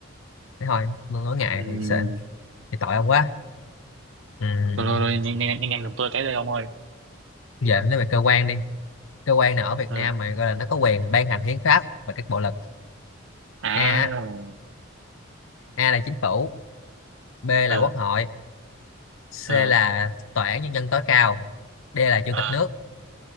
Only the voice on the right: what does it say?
ừ.
rồi, rồi, rồi nhanh nhanh nhanh nhanh giùm tôi cái đây ông ơi
ừ.
à
ừ.
Ừ.
À,